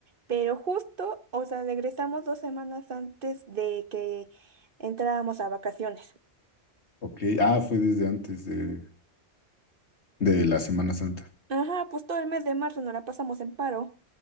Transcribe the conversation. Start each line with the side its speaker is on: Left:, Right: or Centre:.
Right: pero justo, o sea, regresamos dos semanas antes de que entráramos a vacaciones.
Left: Ok, ah, fue desde antes de, de la Semana Santa.
Right: Ajá, pues todo el mes de marzo nos la pasamos en paro.